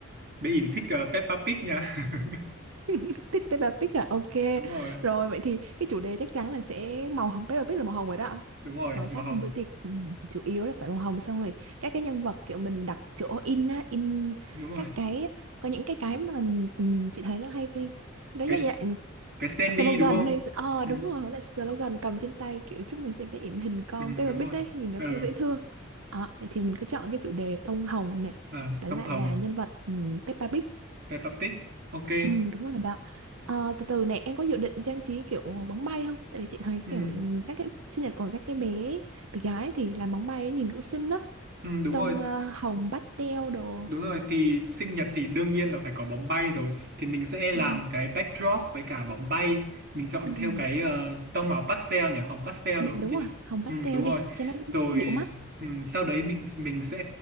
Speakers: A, on the right; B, on the right.
A: Bé ỉn thích ờ, Peppa Pig nha <laughs>
B: <laughs> thích Peppa Pig à? Ok.
A: đúng rồi
B: Rồi, vậy thì cái chủ đề chắc chắn là sẽ màu hồng. Peppa Pig là màu hồng rồi đó.
A: đúng rồi
B: Màu
A: màu
B: sắc
A: hồng
B: bữa tiệc ừ, chủ yếu là phải màu hồng xong rồi. Các cái nhân vật kiểu mình đặt chỗ in á, in
A: đúng rồi
B: các cái, có những cái cái mà ừ, chị thấy nó hay cái, đó
A: cái
B: là dạng
A: cái Sandy
B: slogan
A: đúng không
B: hay ờ
A: ừ,
B: đúng rồi lại slogan cầm trên tay kiểu chúc mừng sẽ bé in hình con
A: ừ,
B: Peppa
A: đúng rồi
B: Pig đấy nhìn nó
A: ừ,
B: cũng dễ thương Ờ, vậy thì mình cứ chọn cái chủ đề tông hồng này
A: à,
B: với
A: tông
B: lại
A: hồng
B: là nhân vật um, Peppa Pig
A: Peppa Pig ok
B: ừ, đúng rồi đó Ờ, từ từ này em có dự định trang trí kiểu bóng bay không tại vì chị thấy
A: ừ,
B: kiểu ừm, các cái sinh nhật của các cái bé bé gái thì làm bóng bay ấy, nhìn cũng xinh đó
A: ừ, đúng
B: tông
A: rồi
B: ờ, hồng pastel đồ
A: Đúng rồi thì sinh nhật thì đương nhiên là phải có bóng bay rồi thì mình sẽ làm
B: Ừ.
A: cái backdrop với cả bóng bay mình chọn
B: ừ,
A: theo cái ờ, tông màu pastel nhỉ hồng pastel
B: ừ,
A: được không
B: đúng
A: chị
B: rồi hồng pastel
A: ừ, đúng
B: đi
A: rồi
B: cho nó
A: rồi
B: dịu mắt
A: ừ, sau đấy mình mình sẽ